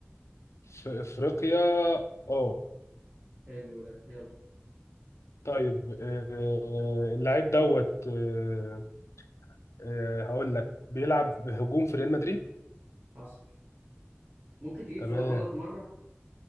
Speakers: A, on the left; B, on the right.
A: في افريقيا اه
B: حلو ده يلا
A: طيب آه، اللاعب دوت آه، آه، هقول لك بيلعب بهجوم في ريال مدريد
B: حصل ممكن تجيب
A: تمام
B: سؤال غلط مرة